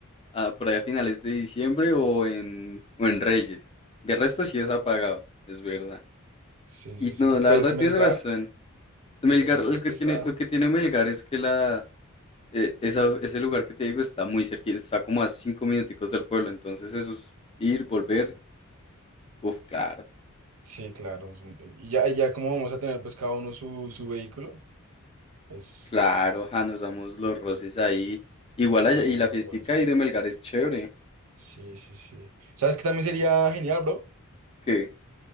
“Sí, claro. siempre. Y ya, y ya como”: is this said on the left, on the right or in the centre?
Right